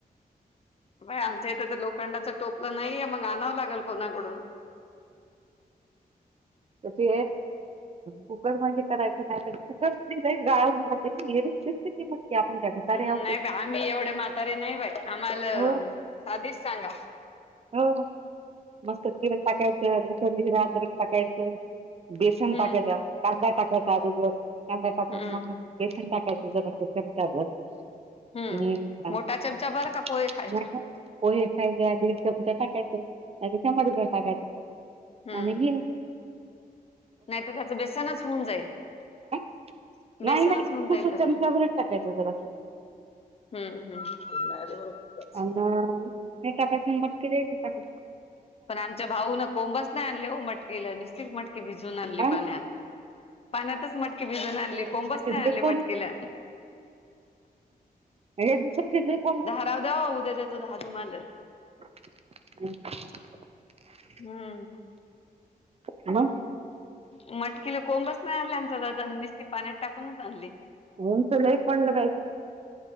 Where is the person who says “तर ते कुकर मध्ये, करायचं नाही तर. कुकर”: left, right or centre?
Right